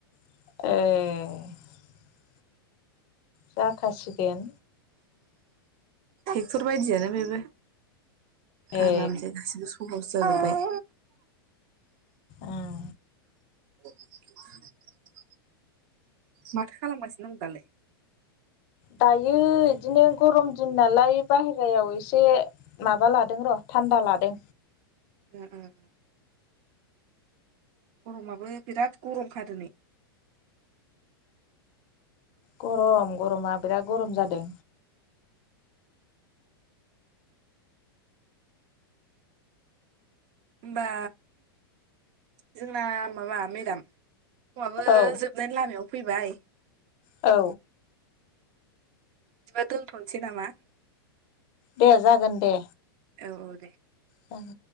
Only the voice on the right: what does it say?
ट्रेक्टर बायदियानो बेबो
आरामजो गासिबो सहस जाजोब्बाय।
<unintelligible> माथो खालामगासिनो दं दालाय।
उम- उम गरमाबो बिराद गरमखादिनै।
होमबा जोंना माबा मेदाम फङआबो
जोबनायनि लामायाव फैबाय
बिदिबा दोन्थ'नोसै नामा
औ औ दे